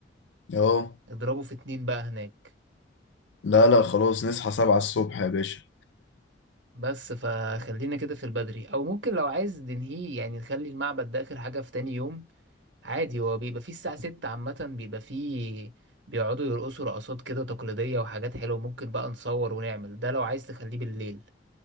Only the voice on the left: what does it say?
اه
لا لا خلاص نصحى 7 الصبح يا باشا